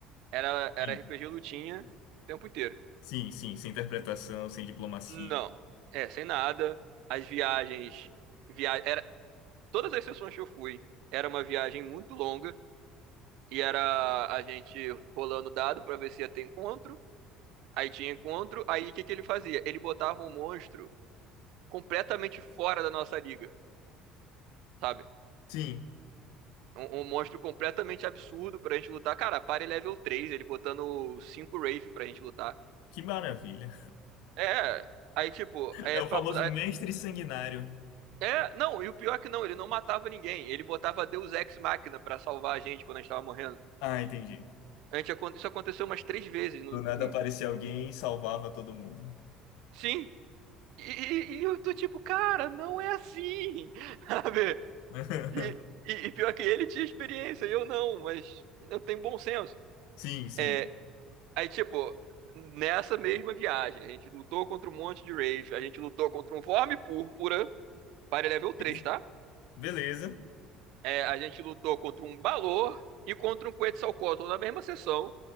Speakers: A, on the right; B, on the left.
A: Era, era
B: Sim,
A: RPG lutinha o tempo inteiro.
B: sim, sim, sem interpretação, sem diplomacia.
A: Não, é, sem nada. As viagens, via... era... todas as sessões que eu fui, era uma viagem muito longa e era a gente rolando dado pra ver se ia ter encontro. Aí tinha encontro, aí o que que ele fazia? Ele botava um monstro completamente fora da nossa liga, sabe?
B: Sim.
A: Um, um monstro completamente absurdo pra gente lutar. Cara, pare level 3, ele botando 5 Wraith pra gente lutar.
B: Que maravilha.
A: É, aí tipo, é
B: É o
A: papo.
B: famoso mestre sanguinário.
A: É, não, e o pior é que não, ele não matava ninguém. Ele botava Deus Ex Machina pra salvar a gente quando a gente tava morrendo.
B: Ah, entendi.
A: A gente, acon- isso aconteceu umas três vezes. no-
B: Do nada
A: em-
B: aparecia alguém e salvava todo mundo.
A: sim. E, e- e eu tô tipo, cara, não é assim. <laughs> Sabe?
B: <laughs>
A: E, e, e pior que ele tinha experiência, e eu não, mas eu tenho bom senso.
B: Sim, sim.
A: É, aí, tipo, nessa mesma viagem, a gente lutou contra um monte de Wraith, a gente lutou contra um Vorme Púrpura, para level 3,
B: Beleza.
A: tá?
B: Beleza.
A: É, a gente lutou contra um Balor e contra um Quetzalcoatl na mesma sessão.